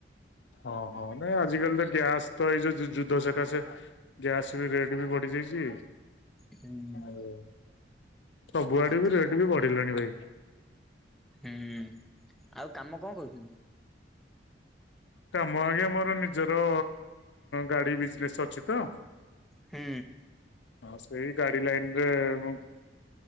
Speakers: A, on the left; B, in the centre.
A: ଓ ହ ନାଇଁ ଆଜିିକାଲି ତ ଗ୍ୟାସ ତ ଏଇ ଯୋଉ ଯୁ ଯୁ ଯୁଦ୍ଧ ସକାଶେ ଗ୍ୟାସ ବି ରେଟ୍ ବି ବଢି ଯାଇଛି।
B: ହୁଁ
A: ଆଉ ସବୁଆଡେ
B: ଆଉ
A: ବି ରେଟ୍ ବି ବଢିଲାଣି ଭାଇ।
B: ଉଁ ଆଉ କାମ କଣ କରୁଚନ୍ତି?
A: କାମ ଆଜ୍ଞା ମୋର ନିଜର ଗାଡି ବିଜନେସ ଅଛି ତ!
B: ହୁଁ।
A: ହଁ ସେଇ ଗାଡ଼ି ଲାଇନରେ ମୁଁ